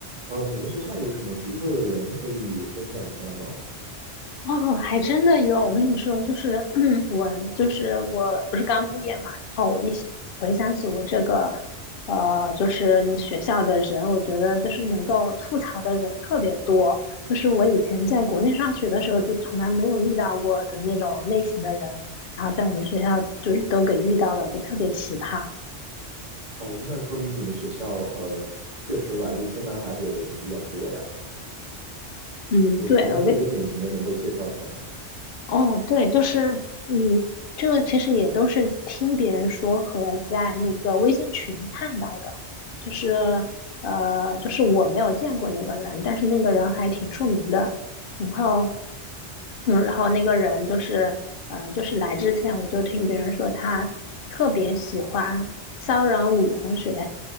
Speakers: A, on the right; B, on the left.
A: 呃，你们学校有什么独特的人可以分享一下吗？
B: 哦，还真的有。我跟你说，就是 <clears throat> 我，就是我不是刚毕业嘛，然后我一想回想起我这个，呃，就是那学校的人，我觉得就是能够吐槽的人特别多。就是我以前在国内上学的时候，就从来没有遇到过的那种类型的人，然后在我们学校就是都给遇到了，就特别奇葩。
A: 哦，那说明你们学校呃确实来的天南海北的人比较多呀。
B: 嗯，
A: 有什么特别典型的能够介绍一下吗？
B: 对，我跟哦，对，就是，嗯，这个其实也都是听别人说和在那个微信群看到的，就是，呃，就是我没有见过那个人，但是那个人还挺出名的，然后，嗯，然后那个人就是，呃，就是来之前我就听别人说他特别喜欢骚扰女同学，